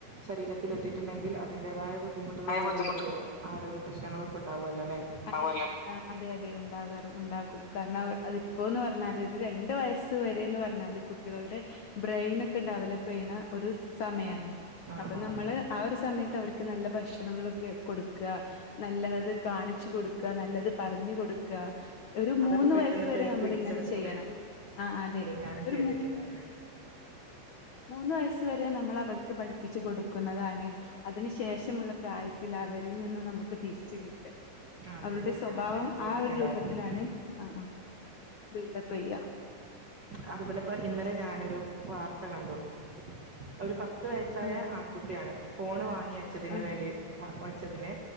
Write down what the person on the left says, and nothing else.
ആയ
ബുദ്ധിമുട്ട്
അ പോലെ അതെ അതെ ഉണ്ടാകാറ ഉണ്ടാകും കാരണം അതിപ്പോന്ന് പറഞ്ഞാല് ഒരു രണ്ട് വയസ് ത്ത് വരെന്ന് പറഞ്ഞാല് കുട്ടികളുടെ ബ്രെയിൻ ഒക്കെ ഡെവലപ്പ് ചെയ്യുണ ഒരു സമയാണ്.
അപ്പൊ
നമ്മള്
ആ ഒരു സമയത്ത് അവർ ക്ക് നല്ല ഭക്ഷണങ്ങളൊക്ക കൊടുക്ക നല്ലത് കാണി ച്ചു കൊടുക്ക നല്ലത് പറഞ്ഞു കൊടുക്ക ഒരു
മൂന്ന്
വയസ് വരെ
നമ്മൾ
ഇങ്ങനെ ചെയ്യണം. ആഹ് അതെ
ഒരു
മു മൂന്ന് വയസ്സ്‌ വരെ നമ്മളവർക്ക് പഠിപ്പിച്ചു കൊടുക്കുന്നതാണ്. അതിന് ശേഷമുള്ള പ്രായത്തിൽ അവരിൽ നിന്ന് നമുക്ക് തിരിച്ചു കിട്ട.
അവരുടെ
സ്വഭാവം
ആ ഒരു രൂപത്തിലാണ് ആഹ് ആഹ്. ബിൽഡപ്പെയ്യ.
ആ
ആ